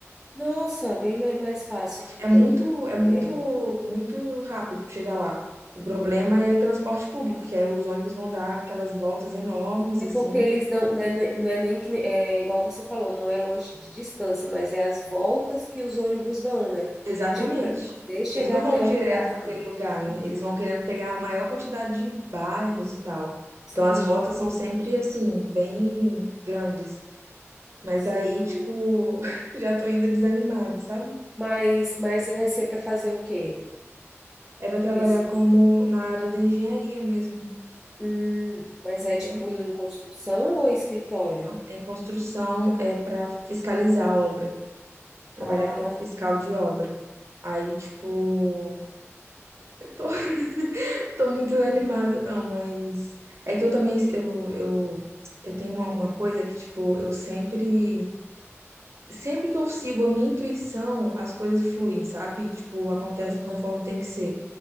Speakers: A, in the centre; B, on the right (about 65°).
A: Nossa, bem mai- mais fácil. Ah,
B: É
A: Bom,
B: muito, é muito,
A: é,
B: muito rápido pra chegar lá. O
A: aham.
B: problema é transporte público, que aí os ônibus vão dar aquelas voltas enormes,
A: É
B: assim,
A: porque eles dão, né, ne- não é nem que, ne- é igual você falou, não é longe de distância, mas é as voltas que os ônibus dão, né?
B: Exatamente.
A: Tipo, para você chegar
B: Eles não
A: até
B: vão direto
A: o lugar,
B: para aquele
A: sabe?
B: lugar, né? Eles vão querendo pegar a maior quantidade de bairros e tal. Então
A: Sim,
B: as rotas são sempre assim, bem grandes. Mas
A: sim.
B: aí, tipo, <laughs> já tô ainda desanimada, sabe?
A: Mas, mas vai ser para fazer o quê?
B: É para trabalhar
A: Esse,
B: como na área da engenharia mesmo,
A: hum, mas
B: entendeu?
A: é tipo em construção ou escritório?
B: É construção, é para fiscalizar a obra, trabalhar
A: Ah,
B: como fiscal de obra. Aí, tipo, <laughs> eu tô Tô muito animada, não, mas é que eu também eu, eu, eu tenho uma, uma coisa que, tipo, eu sempre sempre que eu sigo a minha intuição, as coisas fluem, sabe? Tipo, acontecem
A: aham,
B: conforme tem que ser.